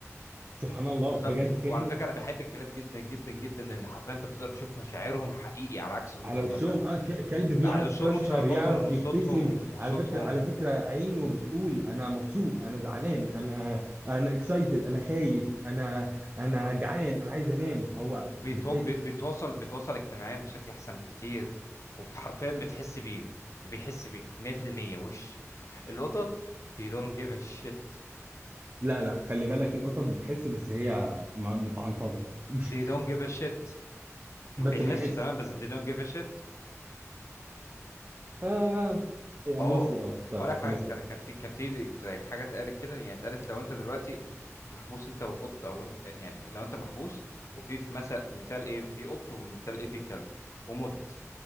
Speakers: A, on the right; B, on the left.
A: سبحان الله
B: بالظبط
A: بجد كائن
B: وعلى فكره انا بحب الكلاب جدا جدا جدا لان حرفيا انت بتقدر تشوف مشاعرهم حقيقي على عكس القطط
A: على وشهم
B: مثلا
A: اه ك- كلب
B: إت-
A: بيعرف
B: على وشهم
A: يكشر
B: وتصرفاتهم
A: يعرف
B: وصوتهم
A: يبتسم
B: وصوتهم
A: على فكرة على فكرة عينه بتقول انا مبسوط انا زعلان انا انا اكسايتد انا خايف انا انا
B: آه.
A: جعان انا عايز انام هو
B: وبيتو...
A: بتحس
B: بي- بيتواصل بيتواصل اجتماعيا بشكل احسن بكتير وحرفيا بتحس بيه وبيحس بيك 100% وش القطط they don't give a shit
A: لا لا خلي بالك القطط بتحس بس هي م- متعنطظة <laughs>
B: they don't give a shit
A: بس
B: هم بيحسوا
A: بيحس
B: تمام بس they don't give a shit
A: آه موسلي
B: اه
A: اه الصراحة
B: اقول لك حاجه
A: موسلي
B: كان
A: اه
B: كان في كان في زي حاجه اتقالت كده يعني اتقالت لو انت دلوقتي محبوس انت وقط او انت يعني لو انت محبوس وفي في مثل مثال ايه في قط ومثال ايه في كلب ومت